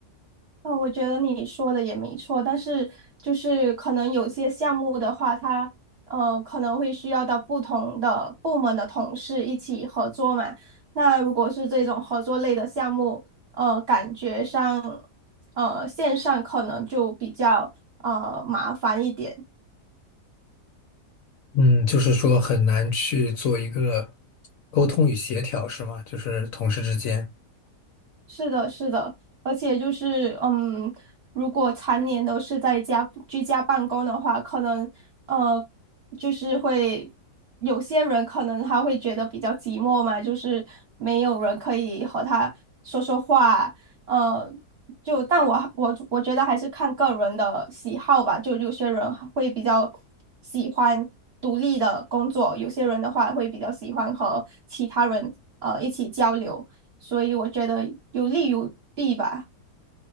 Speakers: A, on the right; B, on the left.
A: 呃，我觉得你说的也没错，但是就是可能有些项目的话，它呃可能会需要到不同的部门的同事一起合作嘛。那如果是这种合作类的项目，呃，感觉上呃线上可能就比较呃麻烦一点。
B: 嗯，就是说很难去做一个沟通与协调，是吗？就是同事之间。
A: 是的，是的，而且就是，嗯，如果常年都是在家居家办公的话，可能呃，就是会有些人可能他会觉得比较寂寞嘛，就是没有人可以和他说说话，呃，就但我我我觉得还是看个人的喜好吧，就有些人会比较喜欢独立的工作，有些人的话会比较喜欢和其他人呃一起交流。所以我觉得有利有弊吧。